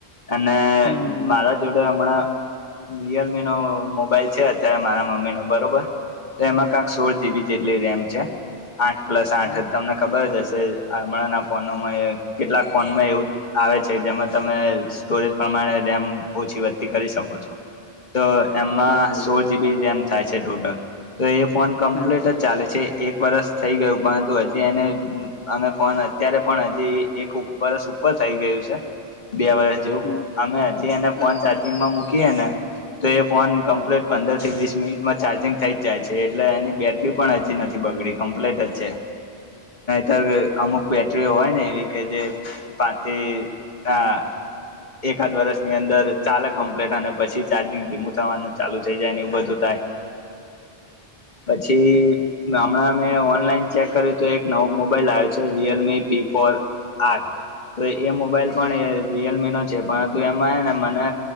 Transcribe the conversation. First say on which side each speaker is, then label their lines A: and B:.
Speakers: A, on the left (about 45°); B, on the left (about 20°).
A: અને
B: હમ
A: મારા જોડે હમણાં. રિયલમી નો મોબાઈલ છે અત્યારે મારા મમ્મી નો બરોબર એમાં કંક સોળ જીબી જેટલી રેમ છે. આઠ પ્લસ આઠ
B: હમ
A: તમને. જ આપ. ફોનમાં કેટલાક ફોનમાં એવું. આવે છે જેમાં તમે સ્ટોરેજ પ્રમાણે રેમ. ઓછી વધતી કરી શકો છો તો એમાં
B: હા હેલો
A: સોળ જીબી રેમ થાય છે. ટોટા તો એ. ફોન કમ્પ્લીટ
B: હમ
A: જ ચાલે છે એક વરસ. થઈ ગયું પણંત હજ. એ અમે ફોન અત્યારે પણ હજી એક બરસ ઉપર થઈ ગયું છે. બે વર્ષ જેવ
B: હમ
A: અમે હજી એને ફોન
B: હા
A: ચાર્જિંગમાં મુકી. કે એને? તો એ ફોન કમ્પ્લીટ
B: હા
A: પંદર થી વીસ મિનિટમાં ચાર્જિંગ થઈ જ જાય છે, એટલે એની બેટરી પણ હજી નથી બગડી, કમ્પ્લીટ જ છે. ત્યારે અમુક બેટરીઓ હોય ને, એવી કે જે પાચ હા, એકાદ વર્ષની અંદર ચાલે કમ્પ્લીટ, અને પછી ચાર્જિંગ ધીમું થવાનું ચાલુ થઈ જાય. એવું બધું થાય. પછી હમણાં મે ઓનલાઈન ચેક કર્યું. તો એક નવો મોબાઈલ આવ્યો છે, રિયલમી પી ફોર આર. તો એ મોબાઈલ પણ એ રિયલમીનો છે. પરંતુ એમાં ને મને